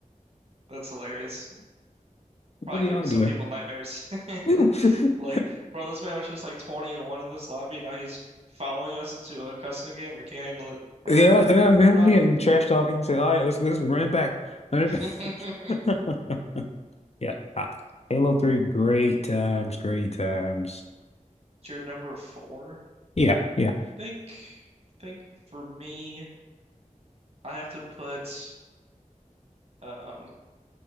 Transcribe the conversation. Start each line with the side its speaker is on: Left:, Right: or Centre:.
Right: that's hilarious. Probably
Left: What are
Right: giving
Left: y'all
Right: some
Left: doing?
Right: people nightmares. <laughs>
Left: <laughs>
Right: Like, bro, this man was just like 20 and 1 in this lobby, and now he's following us into a custom game. I can't handle it. Run,
Left: Yeah, yeah, yeah,
Right: run.
Left: yeah. You trash talking. Say, all right, let's let's run it back, run it
Right: <laughs>
Left: back. <laughs> Yeah, ah, Halo 3, great times, great times.
Right: You're number four.
Left: Yeah, yeah.
Right: Think, think for me, I have to put, um,